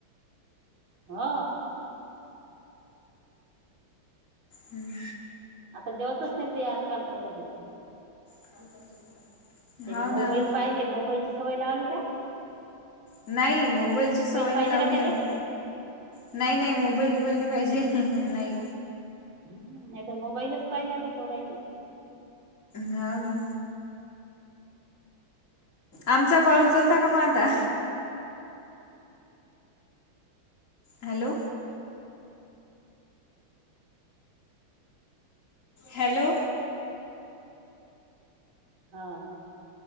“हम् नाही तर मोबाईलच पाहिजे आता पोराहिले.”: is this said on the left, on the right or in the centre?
Right